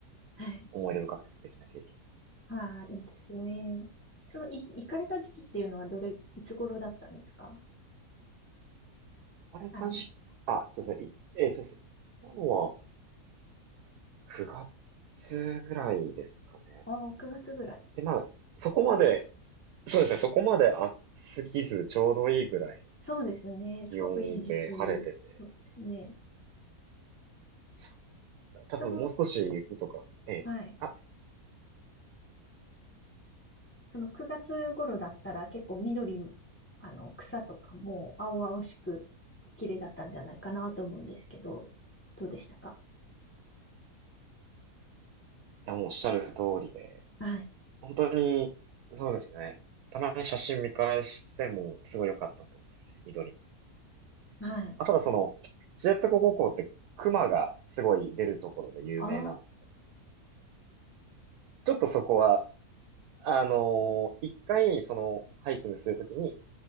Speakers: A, on the left (about 15°); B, on the right (about 85°).
A: はい。
B: 思い出深くて素敵な経験で
A: ああ、
B: す。
A: いいですね。その、い、行かれた時期っていうのはどれ、いつ頃だったんですか
B: あれたじ、
A: あの、
B: あ、そうですね。いえーそうです。行ったのは9月ぐらいですかね。
A: ああ、9月ぐらい。
B: で、まあ、そこまで、そうですね。そこまで暑すぎず、ちょうどいいぐらいの
A: そうですね。
B: 気温で晴れてて、
A: すごくいい時期。そうですね。
B: そう多分もう少し雪とか、
A: その、
B: ええ、
A: はい。
B: あ、い
A: その9月頃だったら結構緑あの、草とかも青々しく綺麗だったんじゃないかなと思うんですけど、どうでしたか
B: やもうおっしゃる通りで、
A: はい。
B: 本当に、そうですね。たまに写真見返しても、すごい良かったと思う。緑も。
A: はい。
B: まあ、ただその、知床五湖って熊がすごい出るところで有名なの。
A: あ
B: ちょっとそこは、あのー一回そのハイキングするときに